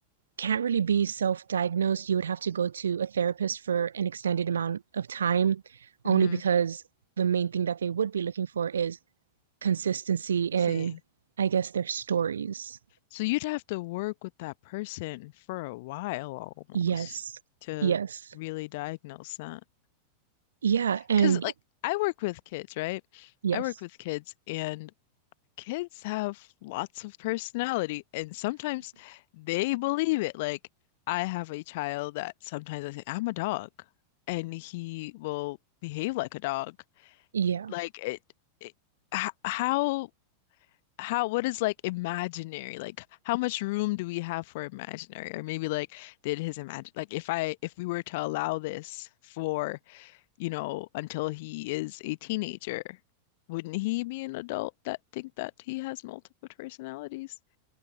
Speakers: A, on the right (about 70°); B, on the left (about 50°).
A: can't really be self diagnosed. You would have to go to a therapist for an extended amount of time, only
B: Mm-hmm.
A: because the main thing that they would be looking for is consistency in,
B: See.
A: I guess, their stories.
B: So you'd have to work with that person for a while almost
A: Yes.
B: to
A: Yes.
B: really diagnose that.
A: Yeah. And
B: Because like I work with kids, right?
A: yes.
B: I work with kids and kids have lots of personality and sometimes they believe it. Like I have a child that sometimes I say, I'm a dog, and he will behave like a dog.
A: Yeah.
B: Like it, it h- how how what is like imaginary? Like how much room do we have for imaginary? Or maybe like did his imagine like if I if we were to allow this for you know, until he is a teenager. Wouldn't he be an adult that think that he has multiple personalities?